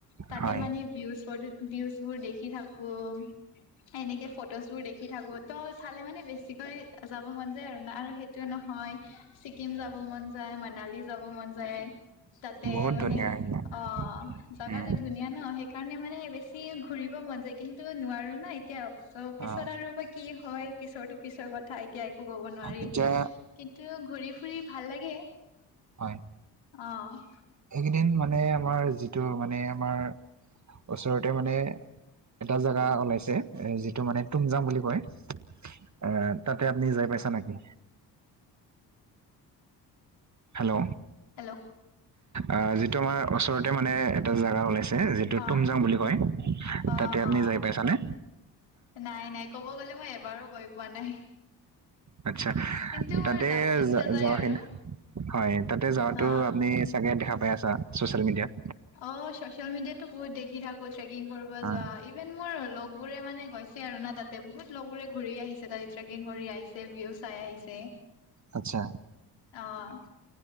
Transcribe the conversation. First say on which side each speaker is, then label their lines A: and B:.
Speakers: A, on the left (about 65°); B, on the right (about 35°).
A: তাতে
B: হয়,
A: মানে ভিউজ বোৰ ভিউজ বোৰ দেখি থাকো এনেকে ফটোজ বোৰ দেখি থাকো ত' চালে মানে বেছিকৈ যাব মন যায় আৰু না আৰু নহয় ছিকিম যাব মন যায়, মনালী যাব মন যায়। তাতে
B: বহুত
A: মানে
B: ধুনীয়া এইবিলাক,
A: অ জাগাটো
B: উম,
A: ধুনীয়া ন' সেই কাৰণে মানে বেছি ঘূৰিব মন যায় কিন্তু নোৱাৰো এতিয়া চ পিছত
B: অ,
A: আৰু কি হয় পিছৰটো পিছৰ কথা এতিয়া একো ক'ব নোৱাৰি।
B: এতিয়া
A: কিন্তু ঘূৰি ফুৰি ভাল লাগে
B: হয়,
A: আহ।
B: এইকেইদিন মানে আমাৰ যিটো মানে আমাৰ ওচৰতে মানে এটা জোগা ওলাইছে এ যিটো মানে তুমজাং বুলি কয় এ তাতে আপুনি যাই পাইছা নেকি? হেল্ল'।
A: হেল্ল!
B: অ যিটো ওচৰতে মানে এটা জেগা ওলাইছে যিহেতু
A: অ
B: তুমজাং বুলি কয়।
A: অ
B: তাতে আপুনি
A: অ
B: যাই পাই চানে?
A: নাই নাই ক'ব গ'লে মই এবাৰো গৈ পোৱা নাই।
B: আতছা
A: কিন্তু মোৰ
B: তাতে
A: যাব ইচ্ছা
B: যো-যোৱা
A: যায় আৰু
B: হয় তাতে যোৱাটো
A: অ
B: আপুনি তাকে দেখা পাই আছা ছ'চিয়েল মিডিয়াত?
A: অ চচিয়েল মিডিয়াতো বহুত দেখি থাকো ট্ৰেকিং কৰিব
B: হয়।
A: যোৱা ইভেন মোৰ লগবোৰে মানে গৈছে আৰু না তাতে বহুত লগবোৰে ঘূৰি আহিছে তাতে ট্ৰেকিং কৰি আহিছে, ভিউ চাই আহিছে।
B: আচ্ছা।
A: অ'।